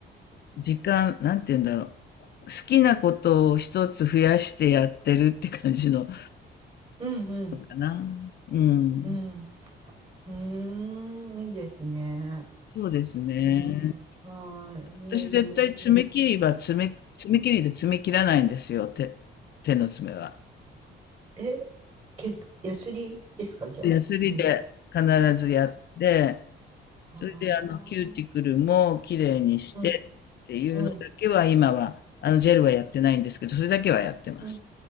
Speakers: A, on the left; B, on the right.
A: 時間、なんて言うんだろう。好きなことを一つ増やしてやってるって感じの、
B: うんうん。
A: かな。うん。
B: うん。うーん。いいですね。
A: そうですね。
B: いやー、はーい。メールもや、
A: 私絶対爪切りは爪、爪切りで爪切らないんですよ、手、手の爪は。
B: え、け、ヤスリですかじゃあ、
A: ヤスリで必ずやって、
B: 何ああ
A: それであのキューティクルも綺麗にしてっていうのだけは今は、
B: うん、うん、
A: あのジェルはやってないんですけど、それだけはやってます。
B: うん。